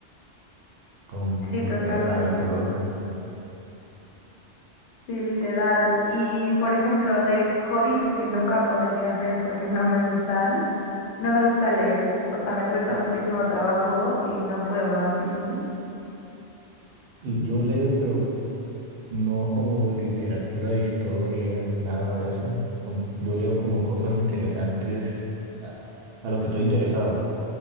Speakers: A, on the right; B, on the left.
A: con
B: Sí,
A: crispeta,
B: totalmente.
A: gaseosa.
B: Sí, literal. Y por ejemplo, de hobbies que nunca podría hacer porque no me gustan, no me gusta leer, o sea, me cuesta muchísimo trabajo y no puedo, a ti sí.
A: Yo leo, pero No como literatura de historia, nada de eso. Son- yo leo como cosas interesantes a, a lo que estoy interesado,